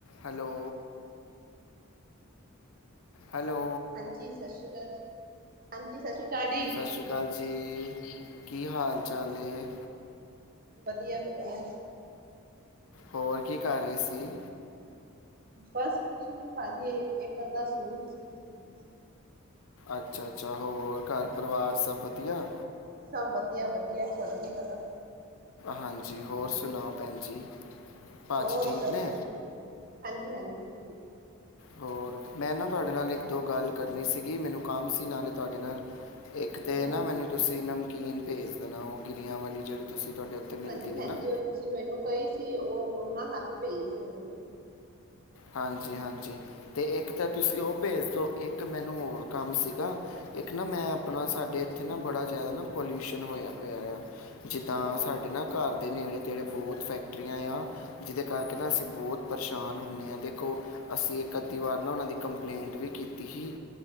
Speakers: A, on the left; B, on the right.
A: Hello hello
B: ਹਾਂਜੀ ਸਤਿ ਸ਼੍ਰੀ ਅਕਾਲ ਜੀ ਹਾਂਜੀ ਸਤਿ ਸ਼੍ਰੀ ਅਕਾਲ ਜੀ
A: ਸਤਿ ਸ਼੍ਰੀ ਅਕਾਲ ਜੀ ਕੀ ਹਾਲ ਚਾਲ ਏ
B: ਵਧੀਆ ਵਧੀਆ
A: ਹੋਰ ਕੀ ਕਰ ਰਹੀ ਸੀ
B: ਬਸ ਕੁਛ ਨੀ ਭਾਜੀ ਇੱਕ ਅੱਧਾ ਸੂਟ ਸੀ ਸੀ ਰੀ ਸੀ
A: ਅੱਛਾ ਅੱਛਾ ਹੋਰ ਘਰ ਪਰਿਵਾਰ ਸਭ ਵਧੀਆ
B: ਸਭ ਵਧੀਆ ਵਧੀਆ ਚੱਲਦੀ ਕਲਾ
A: ਹਾਂਜੀ ਹੋਰ ਸੁਣਾਓ ਭੈਣ ਜੀ ਭਾਅਜੀ
B: ਹੋਰ
A: ਠੀਕ
B: ਸਭ
A: ਨੇ
B: ਹਾਂਜੀ ਹਾਂਜੀ ਠੀਕ ਹੈ
A: ਹੋਰ ਮੈਂ ਨਾ ਤੁਹਾਡੇ ਨਾਲ ਇੱਕ ਦੋ ਗੱਲ ਕਰਨੀ ਸੀਗੀ, ਮੈਨੂੰ ਕੰਮ ਸੀ ਨਾਲੇ ਤੁਹਾਡੇ ਨਾਲ। ਇੱਕ ਤੇ
B: ਹਾਂਜੀ
A: ਨਾ ਮੈਨੂੰ ਤੁਸੀਂ ਨਮਕੀਨ ਭੇਜ ਦੇਣਾ, ਔ ਗਿਰਿਆਂ ਵਾਲੀ, ਜਿਹੜੀ ਤੁਸੀਂ ਤੁਹਾਡੇ ਉੱਥੇ ਮਿਲਦੀ
B: ਹਾਂਜੀ ਹਾਂਜੀ
A: ਹੈ ਨਾ
B: ਔ ਤੁਸੀਂ ਮੈਨੂੰ ਕਹੀ ਸੀ, ਔ ਉਹਨਾਂ ਹੱਥ ਭੇਜ ਦੇਵਾਂਗੀ।
A: ਹਾਂਜੀ ਹਾਂਜੀ, ਤੇ ਇੱਕ ਤਾਂ ਤੁਸੀਂ ਔ ਭੇਜ ਦੋ, ਇੱਕ ਇੱਕ ਮੈਨੂੰ ਹੋਰ ਕੰਮ ਸੀਗਾ, ਇੱਕ ਨਾ ਮੈਂ ਆਪਣਾ ਸਾਡੇ ਉੱਥੇ ਨਾ ਬੜਾ ਜ਼ਿਆਦਾ ਨਾ ਪੋਲਿਊਸ਼ਨ ਹੋਇਆ ਪਿਆ ਆ, ਜਿੱਦਾਂ
B: ਅੱਛਾ
A: ਸਾਡੇ ਨਾ ਘਰ ਦੇ ਨੇੜੇ ਤੇੜੇ ਬਹੁਤ ਫੈਕਟਰੀਆਂ ਆ ਜਿਹਦੇ ਕਰਕੇ
B: ਹਮ
A: ਨਾ, ਅਸੀਂ ਬਹੁਤ ਪਰੇਸ਼ਾਨ ਹੁੰਨੇ ਆਂ। ਦੇਖੋ ਅਸੀਂ ਇੱਕ ਅੱਧੀ ਵਾਰ ਨਾ ਉਹਨਾਂ ਦੀ ਕੰਪਲੇਂਟ ਵੀ ਕੀਤੀ ਸੀ